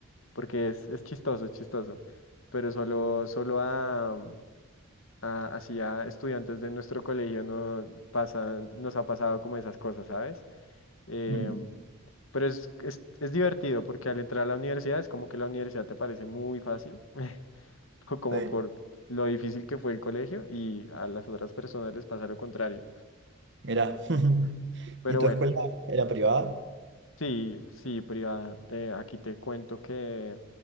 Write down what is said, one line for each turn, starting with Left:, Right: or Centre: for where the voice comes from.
Left: porque es, es chistoso, es chistoso. Pero solo, solo a a- así a estudiantes de nuestro colegio no pasan, nos ha pasado como esas cosas, ¿sabes? Em,
Right: mm,
Left: pero es, es, es divertido porque al entrar a la universidad es como que la universidad te parece muy fácil, <laughs> o como
Right: sí.
Left: por lo difícil que fue el colegio y a las otras personas les pasa lo contrario.
Right: Mirá, <laughs>
Left: Pero
Right: ¿y tu
Left: bueno,
Right: escuela era privada?
Left: sí, sí, privada, eh, aquí te cuento que